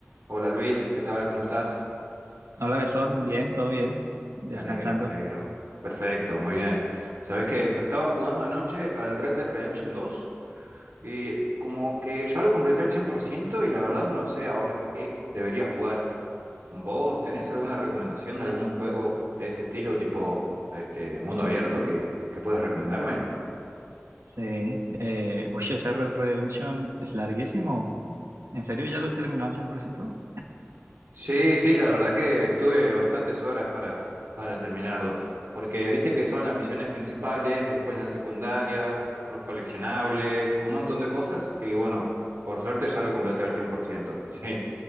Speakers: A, on the right (about 70°); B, on the right (about 80°).
A: Hola Luis, ¿qué tal? ¿Cómo estás?
B: Hola, Gastón. Bien, todo bien. Descansando.
A: Me alegro, me alegro. Perfecto, muy bien. Sabes que estaba jugando anoche al Red Dead Redemption dos y como que ya lo completé al 100% y la verdad no sé ahora qué debería jugar. ¿Vos tenés alguna recomendación de algún juego de ese estilo, tipo este mundo abierto que, que puedas recomendarme?
B: Sí. Eh, uy, ese Red Redemption es larguísimo. ¿En serio ya lo terminó al 100%?
A: Sí, sí, la verdad que estuve bastantes horas para, para terminarlo, porque viste que son las misiones principales, después las secundarias, los coleccionables, un montón de cosas, y bueno, por suerte ya lo completé al 100%. <laughs> sí,